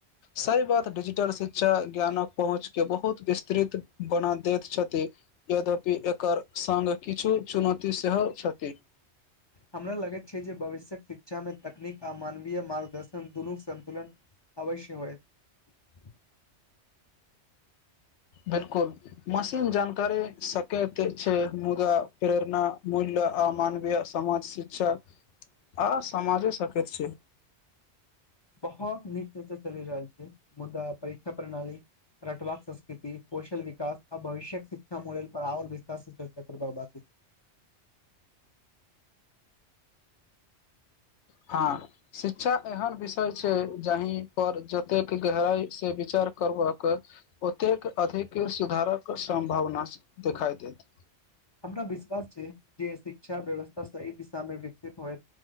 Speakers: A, on the left; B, on the left.
A: सही बात, डिजिटल शिक्षा ज्ञानक पहुँचके बहुत विस्तृत बना दैत छथि यद्यपि एकर संघ किछु चुनौती सेहो छथि।
B: हमरा लगे छै जे भविष्यक शिक्षामे तकनीक आ मानवीय मार्गदर्शन दुनूके संतुलन अवश्य होयबाक चाही। <inaudible> <inaudible>
A: बिल्कुल, मशीन जानकारी दऽ सकैत छै मुदा प्रेरणा, मूल्य आ मानवीय समाज शिक्षा आ समाज सँ सकैत छी।
B: बहुत नीक सँ चलि रहल छै, मुदा परीक्षा प्रणाली रटव संस्कृति, कौशल विकास आ भविष्यक शिक्षामे विस्तार सँ चर्चा करब। <inaudible>
A: हाँ, शिक्षा एहन विषय छै जाहि पर जतेक गहराई सँ विचार करबाक ओतेक अधिक सुधारक सम्भावना देखाइ देत।
B: हमरा विश्वास छै जे शिक्षा व्यवस्था सही दिशा मे विकसित होइ